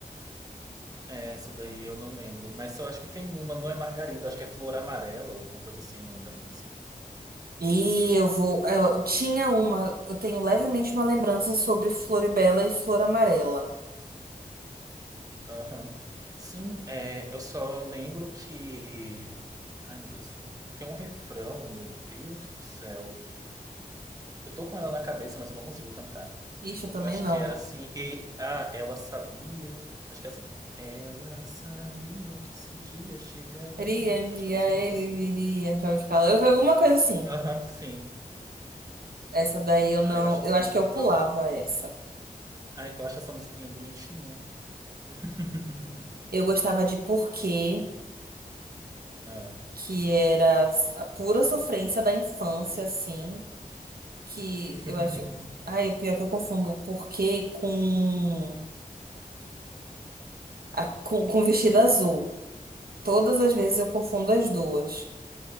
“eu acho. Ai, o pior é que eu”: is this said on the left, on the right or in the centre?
Right